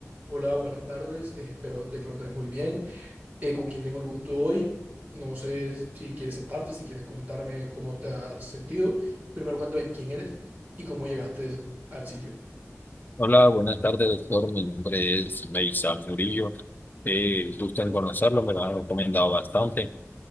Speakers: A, on the right; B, on the left.
A: Hola, buenas tardes. eh, espero te encuentres muy bien. Eh, ¿con quién tengo el gusto hoy? No sé si quieres sentarte, si quieres comentarme cómo te has sentido. Primero, cuéntame quién eres y cómo llegaste al sitio.
B: Hola, buenas tardes, doctor. Mi nombre es Meisal Murillo. Eh, gusto en conocerlo, me lo han recomendado bastante.